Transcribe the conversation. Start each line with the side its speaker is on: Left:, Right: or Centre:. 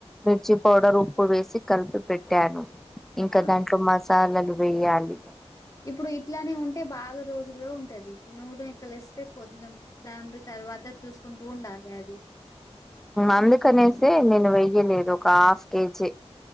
Centre: మిర్చి పౌడర్ ఉప్పు వేసి కలిపి పెట్టాను ఇంకా
Left: ఆ!
Centre: దాంట్లో మ సాల్లలు వేయాలి
Left: ఇప్పుడు ఇట్లానే ఉంటే బాగా రోజుల్లో ఉంటది నూనే ఎక్కలేస్తే కొంచెం దాం తర్వాత చూసుకుంటూ ఉండాలి అది
Centre: అందుకనేసి నేను వెయ్యలేదు ఒక హాఫ్ కేజీ